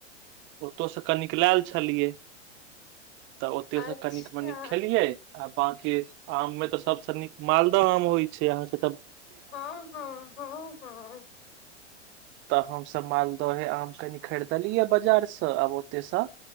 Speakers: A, on the right; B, on the left.
A: ओतय सँ कनिक लयल छलियै तऽ ओते
B: अच्छा
A: से कनिक मनिक खेलियै आब बंाकी आम मे तऽ सबस नीक मालदाह आम होइ छै अहाँ के
B: हँ हँ हँ हँ
A: तऽ हमसभ मालदह ऐ आम कनि खरीदलियै बाजारसँ आब ओतयसँ